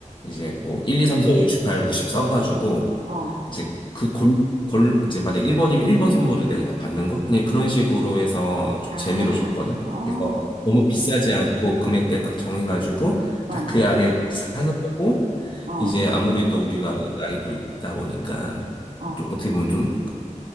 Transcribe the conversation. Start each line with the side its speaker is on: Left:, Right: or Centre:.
Left: 이제 뭐 1, 2, 3, 4, 5, 6, 7, 8, 9, 10 써가지고
Right: 어.
Left: 이제 그 골, 골, 이제 만약 1번이면 1번 선물을 내가 그냥 받는 거? 그냥 그런 식으로 해서 좀
Right: 아,
Left: 재미로 줬거든.
Right: 어,
Left: 그래서 너무 비싸지 않고 금액대 딱 정해가지고
Right: 어,
Left: 딱 그 안에 사는 거고
Right: 어,
Left: 이제 아무래도 우리가 나이도 있다 보니까
Right: 어,
Left: 좀 어떻게 보면 좀